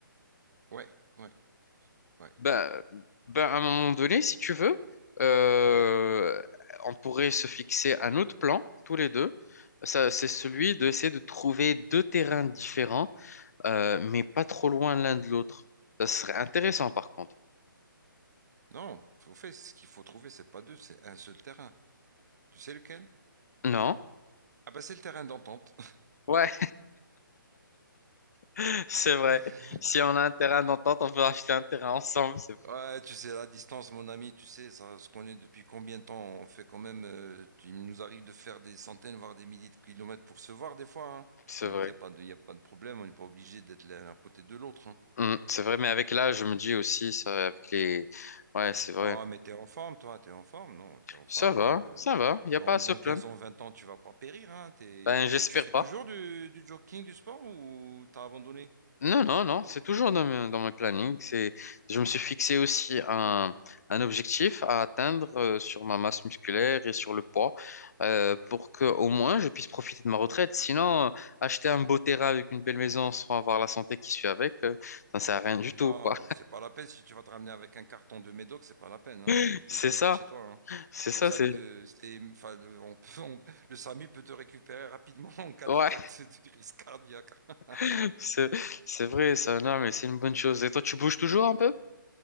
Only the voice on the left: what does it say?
Ben, ben, à un moment donné, si tu veux, euh, on pourrait se fixer un autre plan, tous les deux. Ça, c'est celui d'essayer de trouver deux terrains différents, euh, mais pas trop loin l'un de l'autre. Ça serait intéressant, par contre.
Non?
Ouais, <laughs> c'est vrai.
Si on a un terrain d'entente, on peut acheter un terrain ensemble. C'est
c'est
vrai.
Mm, c'est vrai, mais avec l'âge, je me dis aussi, ça, avec les... Ouais, c'est vrai.
Ça va,
ça va. Il n'y
a pas à
se plaindre.
Ben,
j'espère
pas.
Non, non, non, c'est toujours dans mes, dans mes plannings. C'est, je me suis fixé aussi un, un objectif à atteindre euh, sur ma masse musculaire et sur le poids euh, pour que au moins je puisse profiter de ma retraite. Sinon, euh, acheter un beau terrain avec une belle maison sans avoir la santé qui suit avec, euh, ça ne sert à rien du
tout, quoi.
<laughs>
C'est
ça,
c'est ça,
c'est
ouais,
<laughs> c'est c'est vrai, ça, non, mais c'est une bonne chose. Et toi, tu bouges toujours un peu?